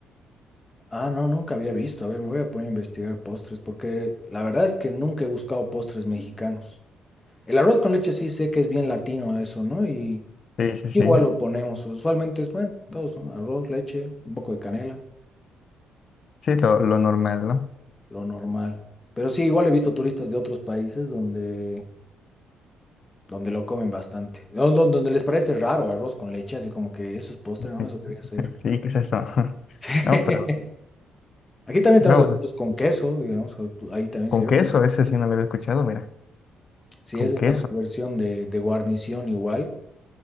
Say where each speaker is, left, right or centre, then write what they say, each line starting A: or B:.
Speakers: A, on the left; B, on the left.
A: Ah, no, nunca había visto. A ver, me voy a poner a investigar postres, porque la verdad es que nunca he buscado postres mexicanos. El arroz con leche sí sé que es bien latino eso, ¿no? Y
B: Sí, sí, sí.
A: Igual lo ponemos, usualmente es bueno, todos, ¿no? Arroz, leche, un poco de canela,
B: Sí, lo, lo normal, ¿no?
A: lo normal. Pero sí, igual he visto turistas de otros países donde, donde lo comen bastante. No, don- Donde, les parece raro arroz con leche, así como que eso es postre,
B: <laughs>
A: ¿no? Eso debería ser.
B: Sí,
A: <laughs>
B: ¿qué es eso? <laughs>
A: Sí.
B: No, pero,
A: Aquí también
B: no,
A: tenemos
B: bueno,
A: el arroz con queso, digamos, o tú- ahí también
B: con
A: sirve.
B: queso, ese sí no lo había escuchado, mira,
A: Sí,
B: con
A: esa
B: queso.
A: es nuestra versión de, de guarnición igual.